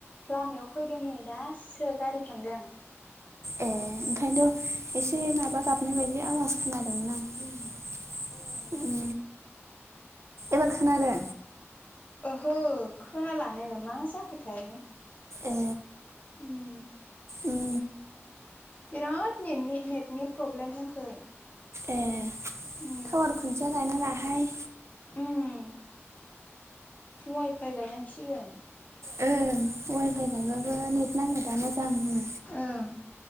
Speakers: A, on the left; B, on the right.
A: लामायाव फैदों नै दासो गारि थांदों।
B: ए ओंखायनथ' एसे माबा गाबनाय बायदि आवाज खोनादोंमोन आं। उम एबार खोनादों?
A: ओहो खोनालानो मा जाखोथाय
B: ए
A: उम
B: उम
A: बेराद नेटनि नेटनि प्रब्लेम जोंखै।
B: ए टावार
A: उम
B: खुन्थिया गायना लाहाय।
A: उम वाइफाइ गायनांसिगोन।
B: ओं वाइफाइ
A: उम
B: गायबाबो नेट नाङो दा मोजां नो।
A: ओं